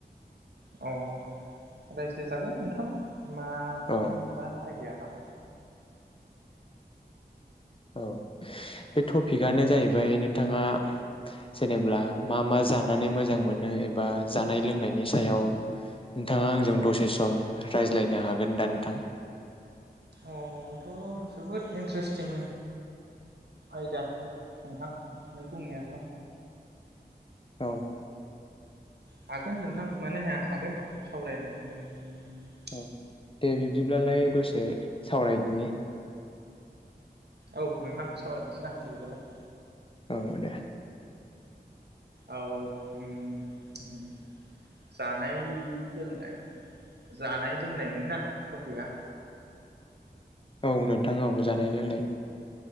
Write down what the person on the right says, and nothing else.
अ रायज्लाय जागोन नोंथां मामोनबा
आइदाया बा
अ बेथ' जोबोद इन्टारेस्टिं आयदा नोंथां नों बुंनायाथ'
हागोन नोंथां मानोहाया हागोन सावरायनो उम
औ नोंथां सावरायनोसै ना बिदिबालाय
औ ओम ओम जानाय लोंनाय जानाय लोंनायमोन ना टपिकआ?